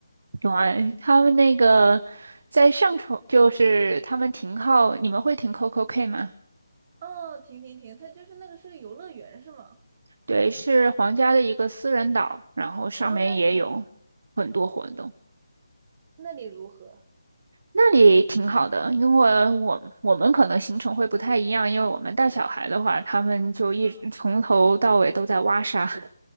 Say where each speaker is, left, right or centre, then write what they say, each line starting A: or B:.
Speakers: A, on the right; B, on the right.
A: 有啊，他们那个在上冲，就是他们停靠，你们会停 CocoK 吗？
B: 哦，停停停，它就是那个是个游乐园是吗？
A: 对，是皇家的一个私人岛，然后上面也有很多活动。
B: 哦，那里怎么那里如何？
A: 那里挺好的，因为我我们可能行程会不太一样，因为我们带小孩的话，他们就一直从头到尾都在挖沙，
B: 嗯
A: <laughs> 所